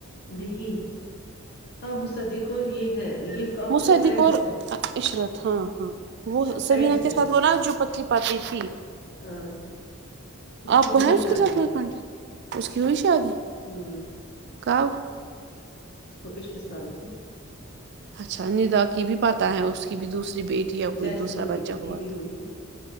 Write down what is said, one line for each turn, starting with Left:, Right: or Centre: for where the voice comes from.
Left: نہیں ہاں مصدق اور یہ ہے یہ آپ
Right: مصعدیقور
Left: سے فرینڈس ہیں
Right: عشرت ہاں ہاں وہ
Left: فرینڈس
Right: سبین کے
Left: ہیں
Right: ساتھ وہنا جو پتلی پتی ت
Left: ہاں
Right: آپ
Left: کی
Right: کو
Left: ہوئی
Right: ن اس
Left: شادی
Right: کے ساتھ پنٹ اس کی ہوئی شادی
Left: ہمم
Right: کب
Left: وہ پچھلے سال ہوئے
Right: اچھا ندا کی بھی پتاہ ہے اس کی بھی دوسری ک بیٹی یا کچھ
Left: جیسمین
Right: دوسرا بچہ
Left: بھی
Right: ہوا
Left: کی بھی
Right: تھا
Left: ہوئی ہے